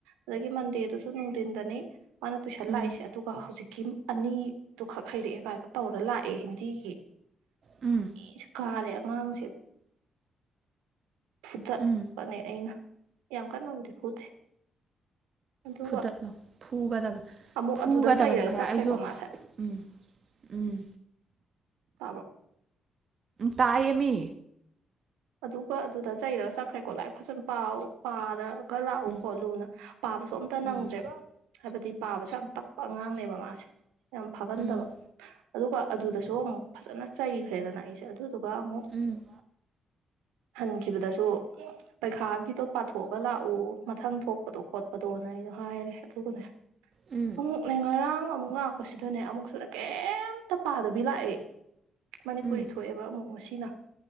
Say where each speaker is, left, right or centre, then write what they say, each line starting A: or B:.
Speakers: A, on the right; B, on the right.
A: ꯑꯗꯒꯤ ꯃꯟꯗꯦ ꯗꯨꯁꯨ ꯅꯨꯡ ꯇꯤꯟꯗꯅꯤ ꯃꯥꯅ ꯇꯨꯁꯜꯂꯥꯛꯏꯁꯦ
B: ꯎꯝ ꯎꯝ
A: ꯑꯗꯨꯒ ꯍꯧꯖꯤꯛ ꯀꯤꯝ ꯑꯅꯤꯗꯨꯈꯛ ꯍꯩꯔꯛꯑꯦꯒꯥꯏꯒ ꯇꯧꯔ ꯂꯥꯛꯑꯦ ꯍꯤꯟꯗꯤꯒꯤ
B: ꯎꯝ
A: ꯏꯁꯨ ꯀꯥꯔꯦ ꯑꯉꯥꯡꯁꯦ ꯐꯨꯗꯥꯠ
B: ꯎꯝ
A: ꯑꯩꯅ ꯌꯥꯝ ꯀꯟꯅ ꯕꯨꯗꯤ ꯐꯨꯗꯦ ꯑꯗꯨꯒ
B: ꯐꯨꯗꯠꯂꯣ ꯐꯨꯒꯗꯕ
A: ꯑꯃꯨꯛ
B: ꯐꯨꯒꯗꯕꯅꯤ
A: ꯑꯗꯨꯗ ꯆꯩꯔꯒ
B: ꯈꯔ
A: ꯆꯠꯈ꯭ꯔꯦꯀꯣ
B: ꯑꯩꯁꯨ
A: ꯃꯥꯁꯦ
B: ꯎꯝ ꯎꯝ
A: ꯇꯕꯔꯣ
B: ꯇꯥꯏꯌꯦꯃꯤ
A: ꯑꯗꯨꯒ ꯑꯗꯨꯗ ꯆꯩꯔꯒ ꯆꯠꯈ꯭ꯔꯦꯀꯣ ꯂꯥꯏꯔꯤꯛ ꯐꯖꯟ ꯄꯥꯎ ꯄꯥꯔ ꯀ ꯂꯥꯛꯎ
B: ꯎꯝ
A: ꯈꯣꯠꯂꯨꯅ ꯄꯥꯕꯁꯨ ꯑꯝꯇ
B: ꯎꯝ
A: ꯅꯪꯗ꯭ꯔꯦꯕ ꯍꯥꯏꯕꯗꯤ ꯄꯥꯕꯁꯨ ꯌꯥꯝ ꯇꯞꯄ ꯑꯉꯥꯡꯅꯦꯕ ꯃꯥꯁꯦ ꯌꯥꯝ ꯐꯒꯥꯟꯗꯕ
B: ꯎꯝ
A: ꯑꯗꯨꯒ ꯑꯗꯨꯗꯁꯨ ꯑꯃꯨꯛ ꯐꯖꯅ ꯆꯩꯈ꯭ꯔꯦꯗꯅ ꯑꯩꯁꯦ ꯑꯗꯨ ꯇꯒ ꯑꯃꯨ
B: ꯎꯝ
A: ꯍꯟꯈꯤꯕꯗꯁꯨ ꯄꯩꯈꯥꯒꯤꯗꯣ ꯄꯥꯊꯣꯛꯑꯒ ꯂꯥꯛꯎ ꯃꯊꯪ ꯊꯣꯛꯄꯗꯣ ꯈꯣꯠꯄꯗꯣꯅ ꯑꯩꯗꯣꯅ ꯍꯥꯏꯔꯦ ꯑꯗꯨꯒꯅꯦ
B: ꯎꯝ
A: ꯑꯃꯨꯛꯅꯦ ꯉꯔꯥꯡ ꯑꯃꯨꯛ ꯂꯥꯀꯄꯥꯁꯤꯗꯅꯦ ꯑꯃꯨꯛꯁꯨꯅꯦ ꯀꯩꯝꯇ ꯄꯥꯗꯕꯤ ꯂꯥꯛꯑꯦ ꯃꯅꯤꯄꯨꯔꯤ
B: ꯎꯝ
A: ꯊꯣꯛꯑꯦꯕ ꯑꯃꯨꯛ ꯉꯁꯤꯅ